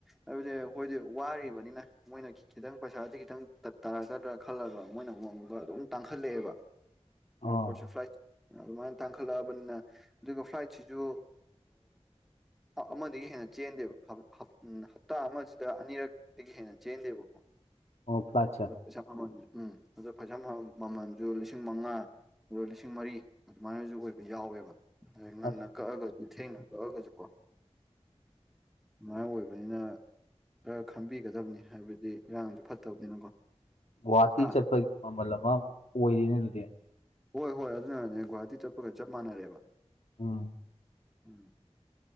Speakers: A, in the centre; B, on the left (about 75°).
A: ꯍꯥꯏꯕꯗꯤꯦ ꯑꯩꯈꯣꯏꯁꯦ ꯋꯥꯔꯤꯕꯅꯤꯅ ꯃꯣꯏꯅ ꯈꯤꯇꯪ ꯄꯩꯁꯥꯥꯁ ꯈꯤꯇꯪ ꯇꯥꯔꯛꯀꯗ꯭ꯔꯥ ꯈꯜꯂꯒ ꯃꯣꯏꯅ ꯑꯃꯨꯛ ꯑꯃꯨꯒ ꯑꯗꯨꯝ ꯇꯥꯡꯈꯠꯂꯛꯑꯦꯕ ꯑꯦꯔꯄꯣꯠꯁ
B: ꯑꯥ
A: ꯐ꯭ꯂꯥꯏꯠ ꯑꯗꯨꯃꯥꯏꯅ ꯇꯥꯡꯈꯠꯂꯛꯑꯕꯅꯤꯅ ꯑꯗꯨꯒ ꯐ꯭ꯂꯥꯏꯠꯁꯤꯁꯨ ꯑꯃꯗꯒꯤ ꯍꯦꯟ ꯆꯦꯟꯗꯦꯕ ꯍꯞꯇꯥ ꯑꯃꯁꯤꯗ ꯑꯅꯤꯔꯛꯇꯒꯤ ꯍꯦꯟꯅ ꯆꯦꯟꯗꯦꯕꯀꯣ
B: ꯑꯣ ꯐ꯭ꯂꯥꯏꯠꯁꯦ
A: <inaudible> ꯎꯝ ꯑꯗ ꯄꯩꯁꯥ ꯃꯃꯜꯁꯨ ꯂꯤꯁꯤꯡ ꯃꯉꯥ ꯑꯗꯣ ꯂꯤꯁꯤꯡ ꯃꯔꯤ ꯑꯗꯨꯃꯥꯏꯅꯁꯨ ꯑꯣꯏꯕ ꯌꯥꯎꯋꯦꯕ ꯑꯩ ꯉꯟꯅ
B: ꯑꯁ
A: ꯀꯛꯑꯒꯁꯨ ꯊꯦꯡꯅ ꯀꯛꯑꯒꯁꯨ ꯀꯣ ꯃꯥꯥꯏ ꯑꯣꯏꯕꯅꯤꯅ ꯈꯔ ꯈꯪꯕꯤꯒꯗꯕꯅꯤ ꯍꯥꯏꯕꯗꯨ ꯑꯗꯨ ꯏꯔꯥꯡꯁꯨ ꯐꯠꯇꯕꯅꯤꯅꯀꯣ
B: ꯒꯨꯍꯥꯇꯤ
A: ꯍꯥ
B: ꯆꯠꯄꯒꯤ ꯃꯃꯜ ꯑꯃꯃꯨꯛ ꯑꯣꯏꯔꯦꯅꯦ ꯑꯗꯨꯗꯤ
A: ꯍꯣꯏ ꯍꯣꯏ ꯑꯗꯨꯅꯅꯦ ꯒꯨꯧꯍꯥꯇꯤ ꯆꯠꯄꯒ ꯆꯞ ꯃꯥꯟꯅꯔꯦꯕ
B: ꯎꯪ
A: ꯎꯝ